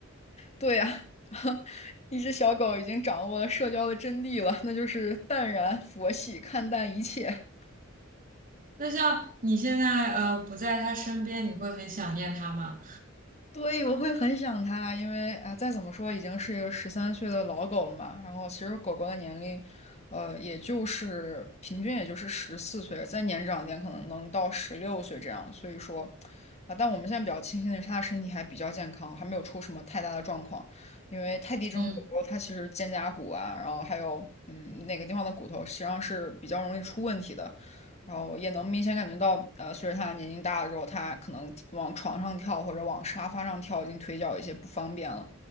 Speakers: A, on the left (about 30°); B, on the right (about 40°).
A: 对呀、<laughs> 一只小狗已经掌握了社交的真谛了，那就是淡然佛系看淡一切。
B: 那像你现在呃不在他身边，你会很想念他吗？
A: 对，我会很想它，因为啊、再怎么说已经是一个十三岁的老狗了嘛。然后其实狗狗的年龄，呃，也就是平均也就是十四岁，再年长一点可能能到十六岁这样。所以说，啊、但我们现在比较庆幸的是，它的身体还比较健康，还没有出什么太大的状况。因为泰迪这种狗狗，
B: 嗯
A: 它其实肩胛骨啊，然后还有嗯哪个地方的骨头，实际上是比较容易出问题的。然后也能明显感觉到，呃，随着他年龄大了之后，他可能往床上跳或者往沙发上跳，已经腿脚有一些不方便了，